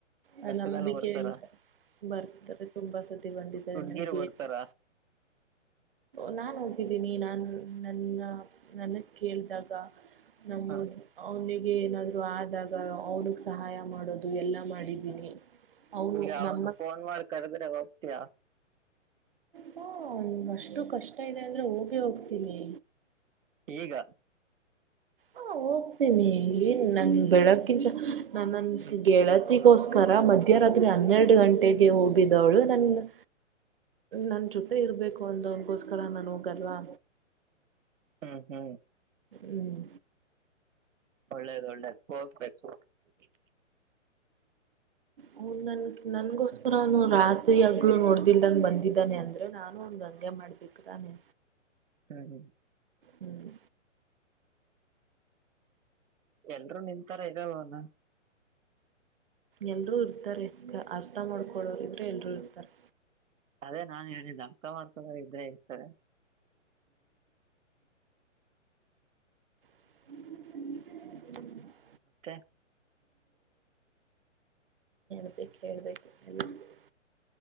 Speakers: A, on the right; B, on the right.
A: ಆ
B: ಕಷ್ಟದಲ್
A: ನಂಬಿಕೆ
B: ಬರ್ತಾರೆ.
A: ಇಂದ ಬರ್ತಾರೆ ತುಂಬಾ ಸತಿ ಬಂದಿದ್ದಾರೆ.
B: ಹುಡ್ಗಿರು
A: <unintelligible>
B: ಬರ್ತಾರ
A: ನಾ ಹೋಗಿದ್ದೀನಿ, ನನ್ ನನ್ನ ನನಗ್ ಕೇಳ್ದಗ. ನಾವ್ ಮೂರ್
B: ಹ.
A: ಅವ್ನಿಗ್ ಗೆ ಏನಾದ್ರು ಆದಾಗ ಅವ್ನಗ್ ಸಹಾಯ ಮಾಡೋದು ಎಲ್ಲಾ ಮಾಡಿದ್ದೀನಿ. ಅವನು
B: ಈಗ ಅವ್ನ್
A: ನಮ್ಮ
B: ಫೋನ್ ಮಾಡ್ ಕರೆದ್ರೆ ಹೋಗ್ತೀಯಾ.
A: ಹಾ ಅವ್ನಿಗ್ ಅಷ್ಟು ಕಷ್ಟ ಇದೆ ಅಂದ್ರೆ ಹೋಗೆ ಹೋಗ್ತೀನಿ.
B: ಈಗ.
A: ಹಾ ಹೋಗ್ತೀನಿ ಇಲ್ಲಿ ನನ್ಗೆ ಬೆಳಕಿಂಚ ನನ್ನನ್ ಗೆಳತಿಗೋಸ್ಕರ. ಮಧ್ಯರಾತ್ರಿ ಹನ್ನೆರಡು ಗಂಟೆಗೆ ಹೋಗಿದವಳು ನನ್ನ. ನನ್ ಜೊತೆ ಇರ್ಬೇಕು ಅಂದೋನ್ಗೋಸ್ಕರ ನನ್ ಹೋಗಲ್ವಾ.
B: ಹ್ಮ್ ಹ್ಮ್.
A: ಹ್ಮ್.
B: ಒಳ್ಳೇದ್ ಒಳ್ಳೇದ್. <unintelligible>
A: ಅವ್ನು ನನ್ ನನ್ಗೋಸ್ಕರ ಅವ್ನ್ ರಾತ್ರಿ ಹಗ್ಲು ನೋಡ್ದಲ್ದಂಗಗೆ ಬಂದಿದ್ದಾನೆ ಅಂದ್ರೆ ನಾನು ಅವ್ನಿಗ್ ಹಂಗೆ ಮಾಡ್ಬೇಕ್. ಇಕ್ತಾನೆ.
B: ಟೈಮಿಂಗ್.
A: ಹ್ಮ್.
B: ಎಲರು ನಿಂತಾರ ಇರಲೇನು.
A: ಎಲ್ರೂ ಇರ್ತಾರೆ ಅರ್ಥ ಮಾಡ್ಕೊಳೋರು ಇದ್ರೆ ಎಲ್ರೂ ಇರ್ತಾರೆ.
B: ಅದೇ ನಾನ್ ಹೇಳಿಲ್ಲ ಅರ್ಥ ಮಾಡಕೊಳರ ಇದ್ರೆ ಇರ್ತದೆ.
A: <inaudible>
B: ಮತ್ತೆ.
A: ಹೇಳಬೇಕಲ್ಲ.